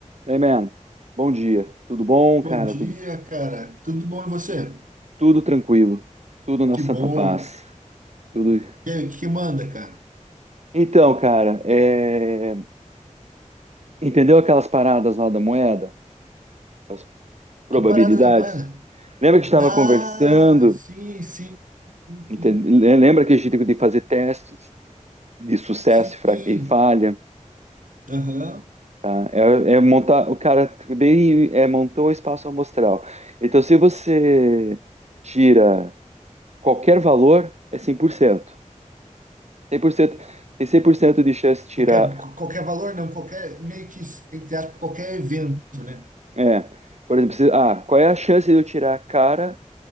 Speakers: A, on the right (about 55°); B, on the right (about 85°).
A: Hey, man. Bom dia. Tudo bom, cara?
B: Bom dia,
A: Tudo,
B: cara. Tudo bom e você?
A: tudo tranquilo. Tudo na
B: Que
A: santa
B: bom.
A: paz. Tudo.
B: E aí, o que que manda, cara?
A: Então, cara, é, entendeu aquelas paradas lá da moeda? As probabilidades?
B: Que parada da moeda?
A: Lembra que a gente estava
B: Ah,
A: conversando?
B: sim, sim, sim,
A: Enten- Lembra que a gente tem que fazer testes de sucesso
B: sim.
A: e fra-
B: Sim.
A: e falha?
B: Aham.
A: Tá? É, é montar. O cara bem é, montou o espaço amostral. Então, se você tira qualquer valor, é 100%. cem por cento, tem 100% de chance de tirar.
B: Qualquer, qualquer valor, não, qualquer, meio que, entre aspas, qualquer evento, né?
A: É, por exemplo, se- ah, qual é a chance de eu tirar cara